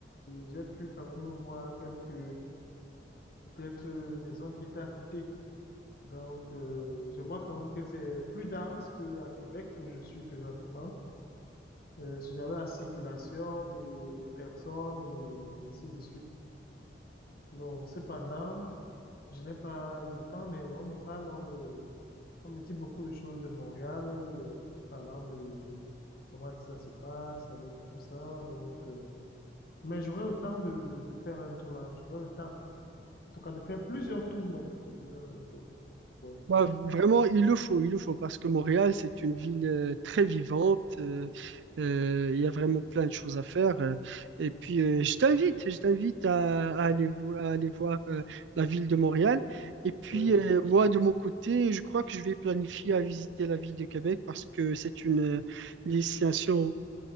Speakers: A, on the left; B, on the right.
A: j'ai pu quand même voir quelques, peut-être, euh, maisons qui étaient à côté. Donc, euh, je vois quand même que c'est plus dense qu'à Québec où je suis présentement. Euh, si j'avais la circulation et les personnes et ainsi de suite. Bon, cependant, je n'ai pas eu le temps, mais on me parle, on me, on me dit beaucoup de choses de Montréal, euh, parlant de comment ça se passe avec tout ça. Donc, euh, mais j'aurais le temps de, de faire un tour là. J'aurais le temps. En tout cas, de faire plusieurs tours même. Je dis le même tour. Oui.
B: Bah, vraiment, il le faut, il le faut, parce que Montréal, c'est une ville euh, très vivante. euh, euh, il y a vraiment plein de choses à faire. euh, et puis, euh, je t'invite, je t'invite à, à aller, vo- à aller voir euh, la ville de Montréal. Et puis,
A: Oui,
B: euh, moi, de mon côté, je crois que je vais planifier à visiter la ville de Québec parce que c'est une euh, destination